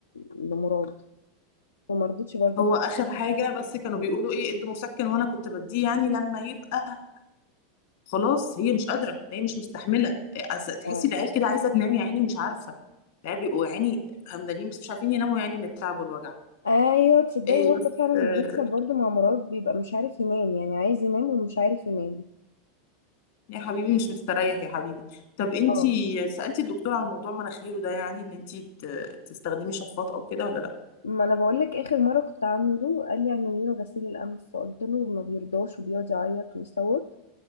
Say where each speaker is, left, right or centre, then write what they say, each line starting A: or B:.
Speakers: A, on the left; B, on the left.
A: لمراد وما رضيتش برضو
B: هو
A: احطه
B: اخر حاجه بس كانوا بيقولوا ايه ادوا مسكن وانا كنت بديه يعني لما يبقى خلاص هي مش قادره هي مش مستحمله أز- تحسي
A: اه
B: العيال كده عايزه تنام يا عيني مش عارفه العيال بيبقوا يا عيني همدانين بس مش عارفين يناموا يعني من التعب والوجع
A: ايوه تصدقي
B: إيه
A: هو
B: بس
A: ده فعلا
B: آه،
A: اللي بيحصل برضو مع مراد بيبقى مش عارف ينام يعني عايز ينام ومش عارف ينام
B: يا حبيبي مش مستريح يا حبيبي طب انتي
A: اه
B: سألتي الدكتور على موضوع مناخيره ده يعني ان انتي ت- تستخدمي شفاط او كده ولا لا
A: ما انا بقول لك اخر مره كنت عنده قال لي اعملي له غسيل الانف فقلت له ما بيرضاش وبيقعد يعيط ويصوت